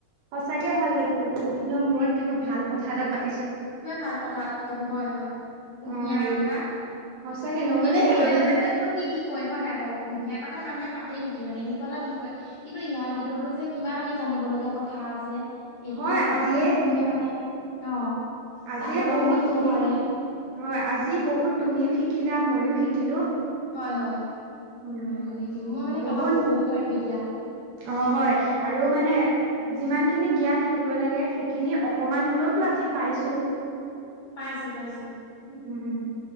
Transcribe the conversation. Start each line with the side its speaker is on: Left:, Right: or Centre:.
Right: সঁচাকে ভাল লাগিলে বহুত দিনৰ মূৰত কিবা ভাল কথা এটা পা।
Left: কিবা ভাল কথা এটা পাতিলো হয়, হয়। কুঁহিয়াৰ
Right: অ এই
Left: কথা,
Right: সঁচাকে নহ'লে
Left: এনেই চাবলৈ
Right: এইবিলাক
Left: গ'লে এইটোতোনো কি বিষয় হয় নাই বাৰু, কুঁহিয়াৰ কথা মানুহে পাতে নেকি মানে এনেকুৱা এটা বিষয় কিন্তু ইয়াৰ
Right: অ
Left: ভিতৰতো যে কিমান আমি জানিবলগীয়া কথা আছে। এইটোৰ
Right: হয়
Left: পৰাও
Right: আজিয়ে
Left: যে মানুহে মানে অ'
Right: আজিয়ে
Left: স্বাৱলম্বী
Right: বহুত
Left: হব
Right: তুমি
Left: পাৰে
Right: হয় আজি বহুত তুমিও শিকিলা, মইও শিকিলো।
Left: হয়, হয়
Right: উম
Left: ময়ো শিকিলো। মই মানে
Right: বহুত
Left: কাবাক কবও পাৰিম এতিয়া।
Right: অ' হয়, আৰু মানে যিমান খিনি জ্ঞান থাকিব লাগে, সেইখিনি অকমান হলেওতো আজি পাইছো।
Left: পাইছো পাইছো।
Right: হুম।